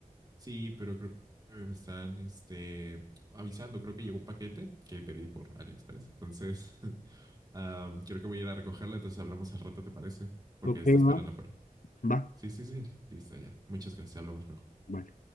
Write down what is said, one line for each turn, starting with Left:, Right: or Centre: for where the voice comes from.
Right: sí, pero creo que me están este avisando, creo que llegó un paquete que pedí por AliExpress, entonces <laughs> ah, creo que voy a ir a recogerlo, entonces hablamos al rato, ¿te parece? Porque
Left: Ok,
Right: está esperando
Left: va,
Right: afuera.
Left: va,
Right: Sí, sí, sí, listo ya. Muchas gracias, hablamos luego.
Left: va.